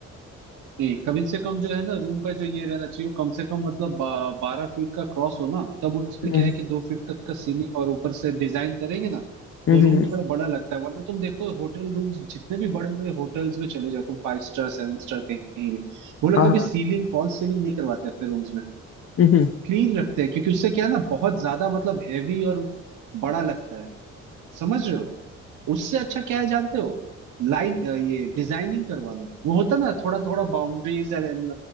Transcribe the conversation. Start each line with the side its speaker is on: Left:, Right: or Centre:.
Right: नहीं कम से कम जो है ना रूम का जो ये रहना चाहिए वो कम से कम मतलब बा, बारह फीट का क्रॉस हो ना तब उस पे
Left: हम्म
Right: क्या है कि दो फीट तक का सीलिंग और ऊपर से डिजाइन करेंगे ना
Left: हम्म
Right: तो रूम
Left: हम्म,
Right: थोड़ा बड़ा लगता है वरना तुम देखो होटल रूम्स जितने भी बड़े बड़े होटल्स में चले जाओ तुम फाइव स्टार सेवन स्टार कहीं भी वो लोग
Left: हाँ
Right: कभी
Left: हाँ
Right: सीलिंग फॉल्स सीलिंग नहीं करवाते अपने रूम्स में
Left: हम्म हम्म,
Right: क्लीन रखते हैं क्योंकि उससे क्या है ना बहुत ज्यादा मतलब हैवी और बड़ा लगता है समझ रहे हो उससे अच्छा क्या है जानते हो लाइन ये डिजाइनिंग करवाना वो होता ना थोड़ा थोड़ा बाउंड्रीज एंड